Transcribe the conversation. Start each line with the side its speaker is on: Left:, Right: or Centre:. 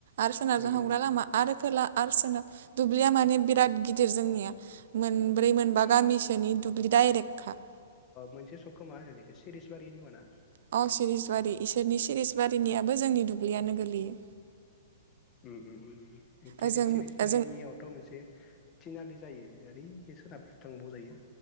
Right: आरो सोनाबजों
Left: उम
Right: हमग्रा लामा आरो खोला आरो सोनाब दुब्लिया माने बिराद गिदिर जोंनिया मोनब्रै मोनबा
Left: ओइ
Right: गामिसोनि दायरेकखा
Left: मोनसे सकखौ मा होनोलैखो सिरिसबारि होनो खोमा ना?
Right: अ सिरिस बारि इसोरनि सिरिस बारिनियाबो जोंनि दुब्लियानो गोलैयो
Left: उ उ उम एखे
Right: ओजों
Left: सिरिसबारिनियावथ'
Right: ओजों
Left: मोनसे तिनालि जायो ओरैखै सोनाबथिं थांबाव जायो